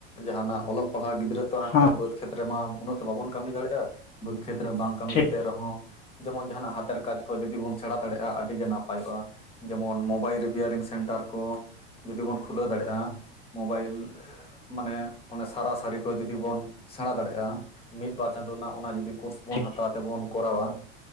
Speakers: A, on the left; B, on the left.
A: ᱡᱟᱦᱟᱸᱱᱟᱜ ᱚᱞᱚᱜ ᱯᱟᱲᱦᱟᱣ ᱜᱤᱫᱽᱨᱟᱹᱛ ᱛᱚ ᱟᱸᱠ
B: ᱦᱚᱸ
A: ᱠᱷᱟᱡ ᱵᱟᱹᱫᱽ ᱠᱷᱮᱛ ᱨᱮ ᱢᱟ ᱩᱱᱟᱹᱜ ᱫᱚ ᱵᱟᱵᱚᱱ ᱠᱟᱹᱢᱤ ᱫᱟᱲᱮᱭᱟᱜᱼᱟ ᱵᱟᱹᱫᱽ ᱠᱷᱮᱛ ᱨᱮ ᱵᱟᱝ ᱠᱟᱹᱢᱤ
B: ᱴᱷᱤᱠ
A: ᱠᱟᱛᱮᱫ ᱨᱮᱦᱚᱸ ᱡᱮᱢᱚᱱ ᱡᱟᱦᱟᱸᱱᱟᱜ ᱦᱟᱛᱮᱨ ᱠᱟᱡᱽ ᱠᱚ ᱡᱩᱫᱤ ᱵᱚᱱ ᱥᱮᱲᱟ ᱫᱟᱲᱮᱭᱟᱜᱼᱟ ᱟᱹᱰᱤ ᱜᱮ ᱱᱟᱯᱟᱭᱚᱜᱼᱟ ᱡᱮᱢᱚᱱ ᱢᱳᱵᱟᱭᱤᱞ ᱨᱤᱯᱮᱭᱟᱨᱤᱝ ᱥᱮᱱᱴᱟᱨ ᱠᱚ᱾ ᱡᱩᱫᱤ ᱵᱚᱱ ᱠᱷᱩᱞᱟᱹᱣ ᱫᱟᱲᱮᱭᱟᱜᱼᱟ ᱢᱚᱵᱟᱭᱤᱞ ᱮ ᱢᱟᱱᱮ ᱚᱱᱮ ᱥᱟᱨᱟ ᱥᱟᱹᱨᱤ ᱠᱚ ᱡᱩᱫᱤ ᱵᱚᱱ ᱥᱮᱬᱟ ᱫᱟᱲᱮᱭᱟᱜᱼᱟ ᱢᱤᱫᱼᱵᱟᱨ ᱪᱟᱸᱫᱳ ᱨᱮᱱᱟᱜ ᱚᱱᱟ ᱡᱩᱫᱤ ᱠᱳᱨᱥ ᱵᱚᱱ
B: ᱴᱷᱤᱠ
A: ᱦᱟᱛᱟᱣ ᱛᱮᱵᱚᱱ ᱠᱚᱨᱟᱣᱟ